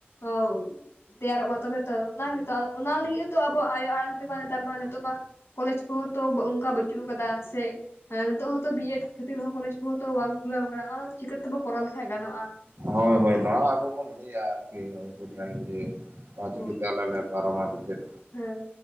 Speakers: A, on the left; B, on the right.
A: ᱚᱣᱵᱼᱼ ᱛᱮᱭᱟᱨᱚᱜ ᱢᱟ ᱛᱚᱵᱮ ᱛᱚ ᱚᱱᱟ ᱜᱮᱛᱚ ᱚᱱᱟ ᱞᱟᱹᱜᱤᱫ ᱦᱚᱸ ᱛᱚ ᱟᱵᱚ ᱟᱭᱳ ᱟᱲᱟᱝ ᱛᱮᱢᱟ ᱱᱮᱛᱟᱨ ᱢᱟ ᱱᱤᱛᱚᱜ ᱢᱟᱼᱼ ᱠᱚᱞᱮᱪ ᱠᱚᱦᱚᱸ ᱛᱚ ᱵᱚ ᱚᱝᱠᱟ ᱵᱟᱹᱪᱩᱜ ᱟᱠᱟᱫᱟ ᱥᱮᱼᱼ ᱟᱨ ᱱᱤᱛᱚᱜ ᱦᱚᱸ ᱛᱚ ᱵᱤᱭᱮᱰ ᱠᱷᱟᱹᱛᱤᱨ ᱠᱚᱞᱮᱡᱽ ᱠᱚᱦᱚᱸ ᱛᱚ ᱵᱟᱝ ᱠᱷᱩᱞᱟᱹᱣ ᱠᱟᱱᱟ, ᱪᱤᱠᱟᱹ ᱛᱮᱵᱚ ᱠᱚᱨᱟᱣ ᱞᱮᱠᱷᱟᱡ ᱜᱟᱱᱚᱜ-ᱟ᱾
B: ᱦᱳᱭ ᱦᱳᱭ ᱱᱚᱣᱟ ᱟᱵᱳ ᱵᱚᱱ ᱞᱟᱹᱭᱟ ᱟᱨ ᱠᱤ ᱟᱹᱵᱩ ᱼᱼ ᱛᱟᱦᱮᱱ ᱜᱮ ᱛᱚ
A: ᱦᱮᱸ
B: ᱪᱤᱠᱟ‌ᱹ ᱛᱮ ᱟᱞᱮ ‌ᱞᱮ ᱯᱟᱨᱚᱢᱟ ᱥᱮᱪᱮᱫ᱾
A: ᱦᱮᱸ